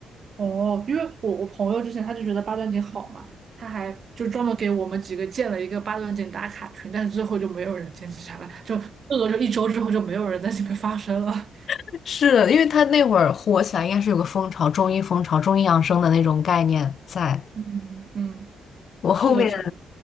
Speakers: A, on the right; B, on the left.
A: 哦，因为我我朋友之前他就觉得八段锦好嘛，他还就专门给我们几个建了一个八段锦打卡群，但是最后就没有人坚持下来，就这个就一周之后就没有人在这边发声了。
B: <laughs> 是的因为它那会儿火起来，应该是有个风潮，中医风潮、中医养生的那种概念在。
A: 嗯嗯，
B: 我后面，
A: 是的，是的，